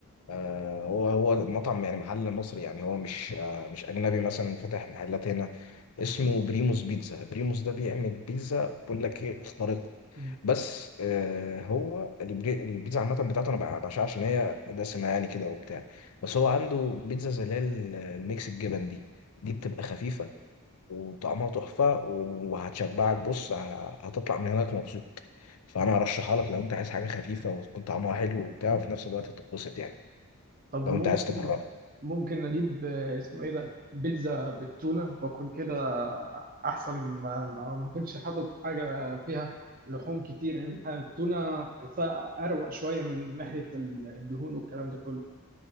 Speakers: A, on the left (about 85°); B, on the right (about 40°).
A: آه هو هو مطعم يعني محل مصري يعني هو مش آه مش أجنبي مثلا فاتح محلات هنا اسمه بريموس بيتزا بريموس ده بيعمل بيتزا بقول لك ايه خارقة
B: مم.
A: بس آه هو البري- البيتزا عامة بتاعته أنا بع- بعشقها عشان هي دسمة يعني كده وبتاع بس هو عنده بيتزا زي اللي هي الميكس الجبن دي دي بتبقى خفيفة وطعمها تحفة وهتشبعك بص ه- هتطلع من هناك مبسوط فأنا هرشحها لك لو أنت عايز حاجة خفيفة وتكون طعمها حلو وبتاع وفي نفس الوقت تتبسط يعني
B: طب
A: لو
B: ممكن
A: أنت عايز تجربها
B: ممكن اجيب آه، اسمه ايه ده بيتزا بالتونه واكل كده احسن ما ما ما كنتش حاطط حاجه فيها لحوم كتير ان حاجة- التونه تحسها اروق شويه من ناحيه ال- الدهون والكلام ده كله